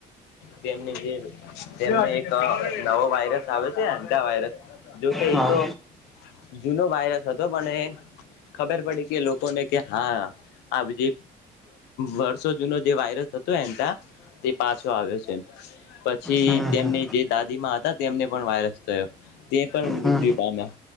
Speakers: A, on the left (about 90°); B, in the centre.
A: કેની જે તેમાં એક નવો વાયરસ આવ્યો છે એતા વાયરસ જોકે
B: હા
A: એતો જૂનો વાયરસ હતો પણ ખબર પડી કે લોકોને કે હા આ જે વર્ષો જૂનો જે વાયરસ હતો એતા તે પાછો આવ્યો છે પછી
B: હમ
A: તેમની જે દાદીમાં હતા તેમને પણ વાયરસ થયો તે પણ મૃત્યુ
B: હમ
A: પામ્યા